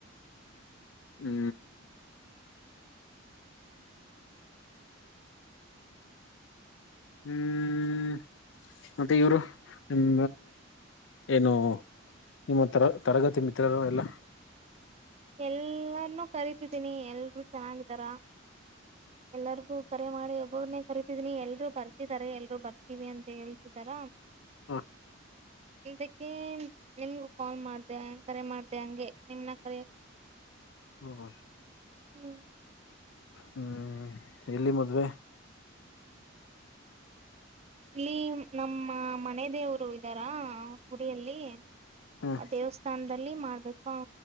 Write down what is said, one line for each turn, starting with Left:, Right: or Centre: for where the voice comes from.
Left: ಹ್ಮ ಹ್ಮ್ ಮತ್ತೆ ಇವರು ನಿ ಏನು ನಿಮ್ಮ ತರ ತರಗತಿ ಮಿತ್ರರು ಎಲ್ಲ
Right: ಎಲ್ಲಾರ್ನುೂ ಕರಿತಿದ್ದೀನಿ ಎಲ್ರುೂ ಚೆನ್ನಾಗಿದಾರ ಎಲ್ಲರಿಗೂ ಕರೆ ಮಾಡಿ ಒಬ್ಬೊನೆೇ ಕರಿತಿದನಿ ಎಲ್ರು ಬರ್ತಿದಾರೆ ಎಲ್ರು ಬರ್ತೀವಿ ಅಂತ ಹೇಳ್ತಿದಾರ
Left: ಹಾ
Right: ಅದಕ್ಕೆ ನಿಮಗು ಕಾಲ್ ಮಾಡ್ದ ಕರೆ ಮಾಡ್ದ ಹಂಗೆ ನಿಮ್ನ್ನ ಕರೆಯಕ್ಕೆ
Left: ಹ್ಮ
Right: ಹ್ಮ್
Left: ಹ್ಮ್ ಎಲ್ಲಿ ಮದ್ವೆ
Right: ಇಲ್ಲಿ ನಮ್ಮ ಮನೆ ದೇವ್ರು ಇದಾರಾ ಗುಡಿಯಲ್ಲಿ
Left: ಹ್ಮ್
Right: ಆ ದೇವಸ್ಥಾನದಲ್ಲಿ ಮಾಡ್ಬೇಕು ಅ